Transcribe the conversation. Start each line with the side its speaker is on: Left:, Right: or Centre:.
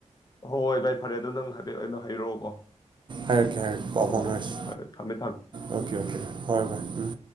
Left: ꯍꯣꯏ ꯍꯣꯏ ꯚꯥꯏ ꯐꯔꯦ ꯑꯗꯨꯣ ꯅꯪ ꯍꯥꯏꯐꯦꯠ ꯑꯩꯅꯣ ꯍꯥꯏꯔꯛꯑꯣꯀꯣ
Right: ꯍꯥꯏꯔꯛꯀꯦ ꯍꯥꯏꯔꯛꯀꯦ ꯄꯥꯎ
Left: ꯑꯣ
Right: ꯐꯥꯎꯅꯔꯁꯤ
Left: ꯍꯣꯏ ꯐꯔꯦ ꯊꯝꯃꯦ ꯊꯝꯃꯦ
Right: ꯑꯣꯀꯦ ꯑꯣꯀꯦ ꯍꯣꯏ ꯚꯥꯏ ꯎꯝ